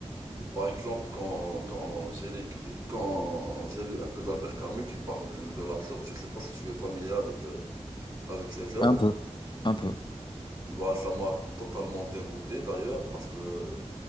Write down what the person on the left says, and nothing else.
un peu, un peu.